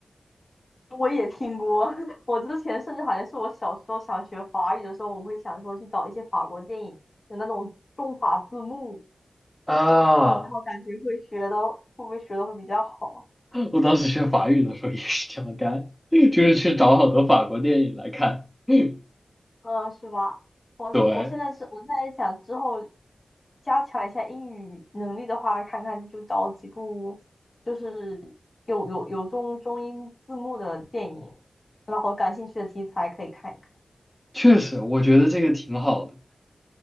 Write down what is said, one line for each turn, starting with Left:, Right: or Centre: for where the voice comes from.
Left: 我也听过，<laughs> 我之前甚至好像是我小时候想学法语的时候，我会想说去找一些法国电影，有那种中法字幕，
Centre: 啊，
Left: 然后感觉会学的会不会学的会比较好。
Centre: <laughs> 我当时学法语的时候也是这么干，就是去找好多法国电影来看。<laughs>
Left: 嗯，是吧？我我现在是我在想之后
Centre: 对，
Left: 加强一下英语能力的话，看看就找几部就是有有有中中英字幕的电影，然后感兴趣的题材可以看一看。
Centre: 确实，我觉得这个挺好的。